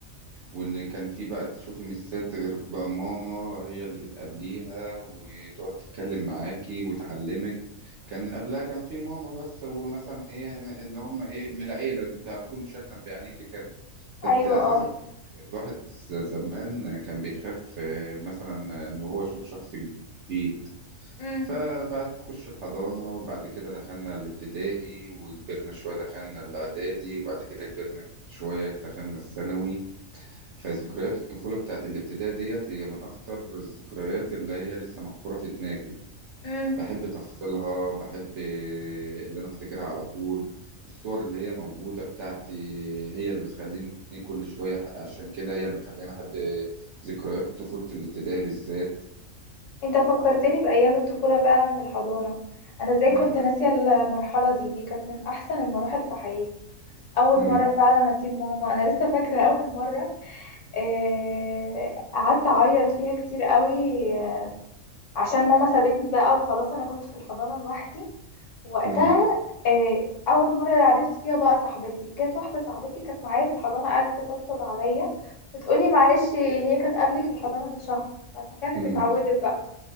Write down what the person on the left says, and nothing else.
ايوه
اه
امم
امم
انت فكرتني بايام الطفوله فعلا في الحضانه انا ازاي
كنت ناسيه المرحله دي دي كانت من احسن المراحل في حياتي اول
مره فعلا اسيب ماما انا لسه فاكره <laughs> اول مره آه، قعدت اعيط فيها كتير قوي آه، عشان ماما سابتني بقى وخلاص انا كنت في الحضانه لوحدي وقتها
آه، اول مره عرفت فيها بقى صاحبتي جت واحده صاحبتي كانت معايا في الحضانه قعدت تطبطب عليا وتقولي معلش هي كانت قبلي في الحضانه من شهر فكانت
اتعودت بقى